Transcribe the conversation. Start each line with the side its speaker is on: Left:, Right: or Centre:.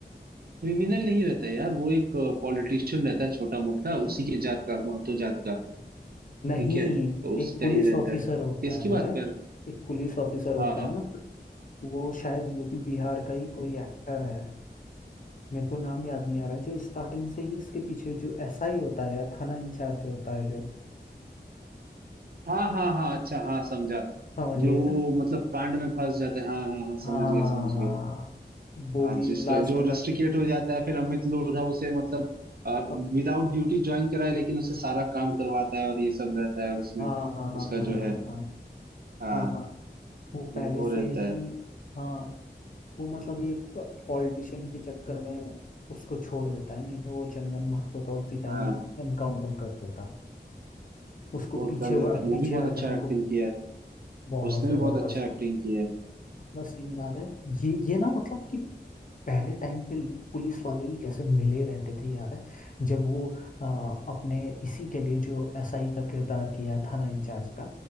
Right: क्रिमिनल नहीं रहता है यार वो एक पॉलिटिशियन रहता है छोटा मोटा उसी के जात का महतो जात का
Left: नहीं
Right: ठीक है तो उसका
Left: एक पुलिस
Right: ही रहता
Left: ऑफिसर
Right: है
Left: होता
Right: किसकी
Left: है
Right: बात कर
Left: एक पुलिस ऑफिसर होता
Right: हाँ
Left: है ना वो शायद यूपी बिहार का ही कोई एक्टर है मेरे को नाम याद नहीं आ रहा है जो स्टार्टिंग से ही इसके पीछे जो एसआई होता है या थाना इंचार्ज होता है जो
Right: हाँ हाँ हाँ अच्छा हाँ समझा
Left: समझ गए
Right: जो वो
Left: ना
Right: मतलब कांड में फंस जाते हैं हाँ हाँ हाँ
Left: हाँ
Right: समझ गया समझ गया
Left: वो
Right: हाँ
Left: भी
Right: जिसका
Left: लास्ट
Right: जो
Left: में
Right: रस्टिकेट हो जाता है फिर अमित लोढ़ा उसे मतलब
Left: हाँ
Right: विदाउट ड्यूटी ज्वाइन कराए लेकिन उसे सारा काम करवाता है और ये सब रहता है उसमें
Left: हाँ हाँ हाँ
Right: उसका
Left: हाँ
Right: जो
Left: हाँ
Right: है
Left: हाँ
Right: हाँ
Left: हाँ हाँ वो पहले
Right: वो
Left: से
Right: रहता
Left: ही
Right: है
Left: हाँ वो मतलब ये पॉलिटिशियन के चक्कर में उसको छोड़ देता है नहीं तो वो चंदन महतो का उसी टाइम
Right: हाँ
Left: एनकाउंटर कर देता उसको
Right: वो
Left: पीछे
Right: कर देता है वो
Left: पीछे
Right: भी बहुत
Left: हटने
Right: अच्छा एक्टिंग
Left: को
Right: किया है
Left: बहुत
Right: उसने
Left: जबरदस्त
Right: भी बहुत अच्छा एक्टिंग किया है
Left: बस सीन याद है ये ये ना मतलब कि पहले टाइम पे पुलिस वाले ही कैसे मिले रहते थे याद है जब वो अ, अपने इसी के लिए जो एसआई का किरदार किया थाना इंचार्ज का